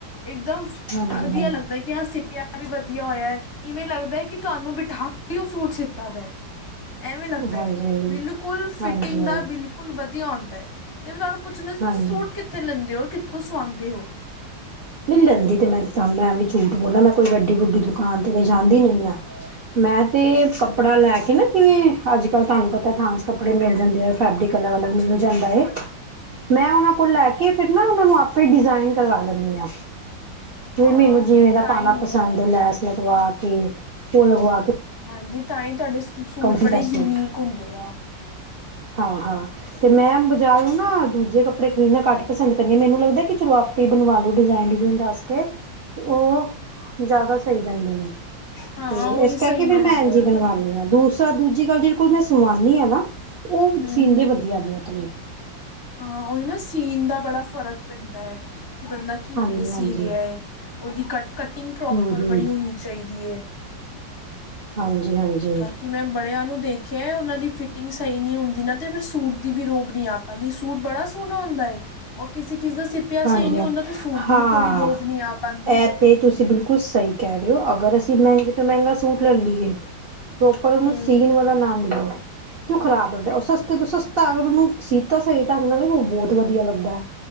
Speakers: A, on the left; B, on the right.
A: ਇਕਦਮ ਫ।
B: ਹਾਂਜੀ
A: ਅਰਦਿਯਾ
B: ਹਾਂਜੀ
A: ਲੱਗਦਾ ਈ। ਕਯਾ ਸਿਪਿਆ ਵੀ ਵਧੀਆ ਹੋਯੈ ਐ, ਇਵੇਂ ਲੱਗਦਾ ਐ ਕਿ ਤੁਹਾਨੂੰ ਬਿਠਾ ਕੇਹੀ ਔ ਸੂਟ ਸਿੱਤਾ ਦੈ ਐਵੇਂ ਲੱਗਦਾ
B: ਹਾਂਜੀ
A: ਏ, ਬਿਲਕੁਲ ਫਿਟਿੰਗ
B: ਹਾਂਜੀ ਹਾਂਜੀ
A: ਦਾ ਬਿਲਕੁਲ ਵਧੀਆ ਹੌਂਦਾ ਐ। ਤੇ ਮੈਂ ਤਾਨੂੰ ਪੁੱਛਨਾ ਸੀ,
B: ਹਾਂਜੀ
A: ਤੁਸੀਂ ਸੂਟ ਕਿੱਥੇ ਲੈਂਦੇ ਔ ਕਿਥੋਂ ਸਵਾਂਦੇ ਔ
B: <unintelligible> ਨੀ ਲੈਂਦੀ ਤੇ ਮੈਂ ਤਾਂ ਏਵੇ ਝੂਠ ਬੋਲਾਂ ਮੈਂ ਕੋਈ ਵੱਡੀ-ਵੁੱਡੀ ਦੁਕਾਨ ਤੇ ਤੇ ਜਾਂਦੀ ਨੀ ਆ ਮੈਂ ਤੇ
A: ਅੱਛਾ
B: ਕੱਪੜਾ ਲੈਕੇ ਨਾ, ਜਿਵੇਂ ਆੱਜ-ਕਾੱਲ ਤਾਨੂੰ ਪਤਾ ਥਾਨ ਚ ਕੱਪੜੇ ਮਿਲ ਜਾਂਦੇ ਆ, ਫੈਬਰਿਕ ਅਲਗ-ਅਲਗ ਮਿਲ
A: ਹਾਂਜੀ
B: ਜਾਂਦਾ ਏ। ਮੈਂ ਔਨਾਂ ਕੋਲ ਲੈਕੇ, ਫੇਰ ਨਾ ਔਨਾ ਨੂੰ ਆਪੇ ਈ ਡਿਜ਼ਾਇਨ ਕਰਵਾ ਲੈਂਨੀ ਆ। ਤੇ
A: ਹਾਂ
B: ਮੈਨੂੰ ਜਿਵੇਂ ਦਾ
A: ਤਾਂ
B: ਪਾਨਾ
A: ਹੀ
B: ਪਸੰਦ ਏ, ਲੈਸ ਲਗਵਾ ਕੇ ਤੇ ਔ ਲਗਵਾ ਕੇ
A: ਹਾਂਜੀ, ਤਾਂਈ ਤੁਆਡੇ ਸੂ ਸੂਟ
B: ਕੰਮੀ
A: ਬੜੇ
B: ਦਾ
A: ਯੂਨੀਕ
B: ਸੂਟ
A: ਹੁੰਦੇ ਆ।
B: ਹਾਂ- ਹਾਂ ਤੇ ਮੈਂ ਬਜ਼ਾਰੋ ਨਾ ਦੂਜੇ ਕੱਪੜੇ ਖਰੀਦਨੇ ਘੱਟ ਪਸੰਦ ਕਰਨੀ ਆ। ਮੈਨੂੰ ਲੱਗਦਾ ਕਿ ਚਲੋ ਆਪ ਤੇ ਬਨਵਾ ਲੋ ਡਿਜ਼ਾਇਨ ਡਿਜ਼ਾਇਨ ਦੱਸ ਕੇ, ਔਹ ਜਾਦਾ ਸਈ ਰੈਂਦੇ ਨੇ।
A: ਹਾਂ
B: ਤੇ
A: ਉਹੀ
B: ਇਸ ਕਰਕੇ,
A: ਸਹੀ
B: ਫੇਰ
A: ਰਹਿੰਦੇ
B: ਮੈਂ ਏਜਈ
A: ਆ
B: ਬਣਵਾਨੀ ਆਂ ਦੂ ਚਾ ਦੂਜੀ ਗੱਲ ਜਿਦੇ ਕੋਲ ਮੈਂ ਸੁਭਾਨੀ ਆ ਨਾ, ਔਹ
A: ਹਮ
B: ਸੀਨਦੇ
A: ਹਮ
B: ਵਧੀਆ ਨੇ ਬੋਤ ਨੇ।
A: ਹਾਂ ਔਈ ਨਾ ਸੀਨ ਦਾ ਬੜਾ ਫ਼ਰਕ ਪੈਂਦੈ ਏ, ਕਿ ਬੰਦਾ ਕਿਵੇਂ
B: ਹਾਂਜੀ ਹਾਂਜੀ
A: ਸੀ ਰੇਆ ਏ। ਔਦੀ ਕ ਕਟਿੰਗ ਪ੍ਰੋਪਰ
B: ਹੂੰ ਹੂੰ
A: ਬੜੀ ਹੋਨੀ ਚਈਦੀ ਏ।
B: ਹਾਂਜੀ-ਹਾਂਜੀ।
A: ਕਿ ਮੈਂ ਬੜਿਆਂ ਨੂੰ ਦੇਖਯੈ ਔਨਾਂ ਦੀ ਫਿਟਿੰਗ ਸਈ ਨੀ ਹੋੰਦੀ ਨਾ, ਤੇ ਫਿਰ ਸੂਟ ਦੀ ਵੀ ਰੋਬ ਨੀ ਆ <unintelligible> ਸੂਟ ਬੜਾ ਸੋਨਾ ਹੋਂਦਾ ਏ, ਔ ਕਿਸੀ-ਕਿਸ ਦੇ ਸਿਪ ਪਯਾ
B: ਹਾਂਜੀ
A: ਸਈ ਨੀ ਹੁੰਦਾ ਤੇ ਸੂਟ
B: ਹਾਂ
A: ਦੀ ਵੀ ਪੂਰੀ ਰੋਬ ਨੀ ਆ ਪਾਂਦੀ।
B: ਇਹ ਤੇ ਤੁਸੀਂ ਬਿਲਕੁਲ ਸਈ ਕੈ ਰੇ ਔ, ਅਗਰ ਅਸੀਂ ਮੈਂਹਗੇ ਤੋਂ ਮੈਂਗਾ ਸੂਟ ਲਲੀਏ ਪ੍ਰੋਪਰ, ਔਨੂੰ
A: ਹਮ
B: ਸੀਨ ਵਾਲਾ ਨਾਂ ਮਿਲੇ ਤੇ ਉ ਖਰਾਬ ਹੋਂਦੈ, ਔ ਸਸਤੇ ਤੋਂ ਸਸਤਾ ਅਗਰ ਔਨੂੰ ਸੀਤਾ ਸਹੀ ਢੰਗ ਨਾਲ ਔ ਬੌਤ ਵਧੀਆ ਲੱਗਦੈ।